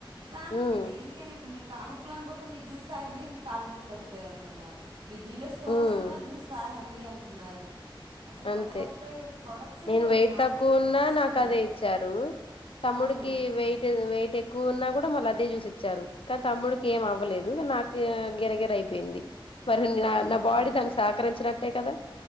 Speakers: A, on the right; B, on the left.
A: దానికి
B: ఉమ్
A: దిేని కనీ పు కాళ్ప్పులు అని పోతే నీవు చూస్తా అండి కాళ్ళుప్పులు తగ్గుతాయి అంటున్నారు కిడ్నీ లో స్టోన్స్
B: ఉమ్
A: అన్నా చూస్తాగ అండి అంటున్నారు అసలు
B: అంతే
A: కొత్త కొత్త ప్రోడక్ట్స్
B: నేను వెయిట్
A: మార్కెటింగ్లోకి
B: తక్కువ ఉన్నా
A: వస్తుంది
B: నాకు అదే ఇచ్చారు తమ్ముడికి
A: అవును
B: వెయిట్ వెయిట్ ఎక్కువ ఉన్నా కూడా మళ్ళ అదే చూసి ఇచ్చారు కానీ తమ్ముడికి ఏం అవ్వలేదు కానీ నాకు గిరగిర అయిపోయింది మరి
A: అవును
B: నా బాడీ
A: అవును
B: దానికి సహకరించినట్టే కదా